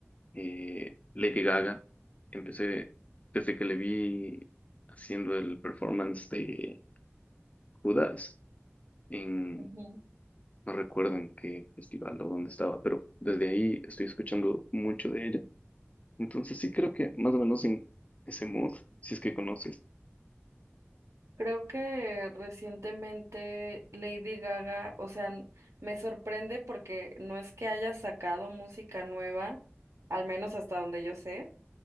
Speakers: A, on the left (about 30°); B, on the right (about 80°).
A: eh, Lady Gaga, empecé desde que le vi haciendo el performance de Judas en,
B: Ujú.
A: no recuerdo en qué festival o dónde estaba, pero desde ahí estoy escuchando mucho de ella. Entonces sí creo que más o menos en ese mood, si es que conoces.
B: Creo que recientemente Lady Gaga, o sea, n- me sorprende porque no es que haya sacado música nueva, al menos hasta donde yo sé,